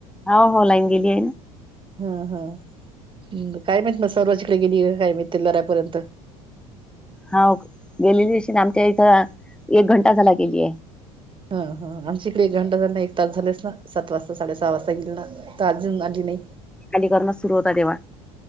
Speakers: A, in the centre; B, on the right.
A: हौ हौ लाईन गेलीय.
B: हम्म् हम्म हम काय माहित ना सर्व जिकडे गेलीय काय माहित ते <unintelligible> लरा्यापर्यंत
A: हौ गेलेली दिशी, आमच्या इथं एक घंटा झाला गेलीय.
B: ह ह आमच्या इकडे एक घंटा झालं एक तास झालेस ना सात वाजता साडे सहा वाजता गेल ना. का आजून आली नाई.
A: <unintelligible> सुरु होता तेव्हा